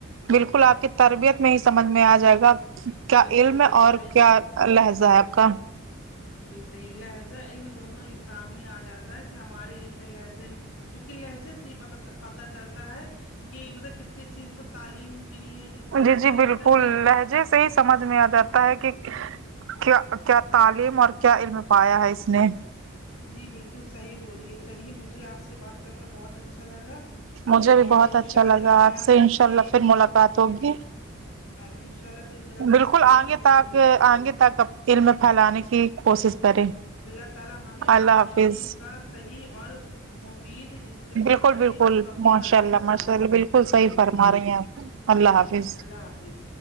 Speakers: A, on the right (about 65°); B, on the left (about 70°).
A: بالکل آپ کی تربیت نہیں سمجھ میں آ جائے گا کیا
B: بالکل
A: علم
B: بالکل
A: ہے اور
B: صحیح
A: کیا
B: بول
A: لہزہ ہے آپ کا
B: بھی صحی ہے لہزہ علم دونوں یہ سامنے آ جاتا ہے کہ ہمارے علم میں لہزے میں کیونکہ لہجے سے یہ پ پتا چلتا ہے کہ مطلب کتتی اچھی ان کو تعلیم ملی ہے کتنی
A: جی
B: اچھی
A: جی بالکل
B: ان کا علم
A: لہجے
B: ہے
A: سے ہی سمجھ میں آ جاتا ہے کہ کیا کیا تعلیم اور کیا علم پایا ہے اس نے
B: جی بالکل صحیح رولئے چلیے مجھے آپ سے بات کر کر بہت اچھا لگا
A: مجھے بھی
B: اور
A: بہت
B: انشاء
A: اچھا لگا
B: اللہ میں
A: آپ سے
B: کی
A: انشاء اللہ
B: یہ
A: پھر
B: مطلب
A: ملاقات ہوگی
B: انشاء اللہ پھر ملاقات
A: بالکل
B: ہوگی
A: آگے
B: شکریہ
A: تک آگے تک علم پھیلانے کی کوشش کریں
B: اللہ تعالی ہمیں ٹیکنالوجی
A: اللہ حافظ
B: کا صحیح اور مفید استعمال
A: بالکل
B: کرنے
A: بالکل
B: کی توفیق
A: ماشاء
B: عطا
A: اللہ
B: فرمائے
A: ماشاء اللہ بالکل
B: امین
A: صحیح فرما رہی ہیں آپ اللہ
B: جی
A: حافظ
B: اللہ حافظ